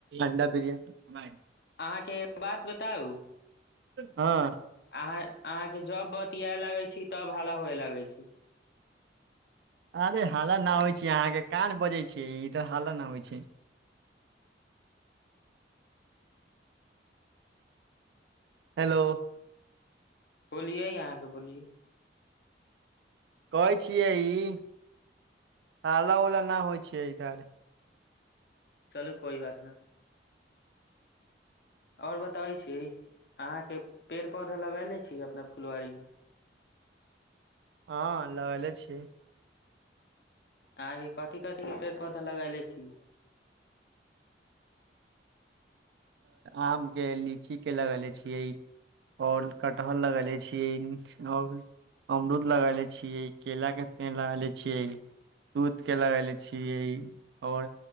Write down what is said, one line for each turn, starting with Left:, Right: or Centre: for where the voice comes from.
Right: अण्डा बिरियान
Left: अहाँके एक बात बताऊ
Right: हँ
Left: अहाँ अहाँ के जब बतिया लगे छी तब हाला हुए लगै छी
Right: अरे हाला न होइ छै अहाँ के कान बजे छी इधर हाला न होइ छै हेलो
Left: बोलिये अहाँके बोलिये
Right: कहै छियै ई हाला उला न होइ छियै इधर
Left: चलू कोइ बात नइ और बताबै छी अहाँ के पेड़ पौधा लगले छी अपना फुलवारी मे
Right: हँ लगले छीयै
Left: अहाँके कथि कथी के पेड़ पौधा लगेले छी
Right: आम के लीची के लगेले छियै ओर कटहर लगेले छीयै ओ अमरूद लगेले छियै केला के पेल लगेले छियै दूध के लगेले छियै और